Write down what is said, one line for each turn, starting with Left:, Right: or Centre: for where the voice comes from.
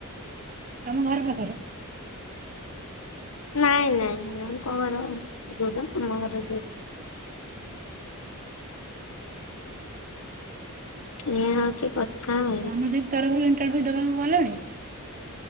Right: ତମ ଘର ପାଖର।
Left: ନାଇଁ ନାଇଁ ନାଇ ମ୍ୟାାମ ଘର ଦୂର ଆମ ଘର ଦୂର। ଏ ହଉଛି କଥା। ଆଉ
Right: ଅନୁଦିପ ତରଫରୁ ଇଣ୍ଟରଭ୍ୟୁ ଦେବାକୁ ଗଲଣି।